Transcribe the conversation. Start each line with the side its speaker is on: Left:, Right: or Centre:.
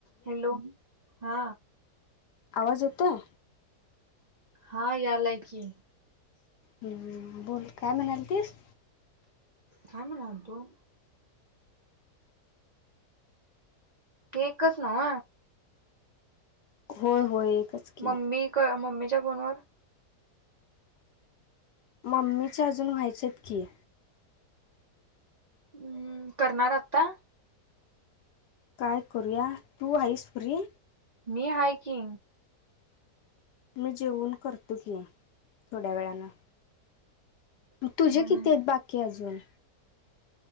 Right: हॅलो. हा.
Left: आवाज येतोय.
Right: हा यालाय कि.
Left: हम्म. बोल काय म्हणाल तीस?
Right: काय म्हणाल तो? केकच नव?
Left: होय. होय. एकच की
Right: मम्मी मम्मी जगणवर <unintelligible>
Left: मम्मीचे अजून व्हायचेत की.
Right: हम्म करणार आता?
Left: काय करूया तू आईस फ्रि?
Right: मी हायकी,
Left: मी जेवन करतो की, थोड्या वेळानं.
Right: हम्म
Left: तुझे किती आहेत बाकी अजून?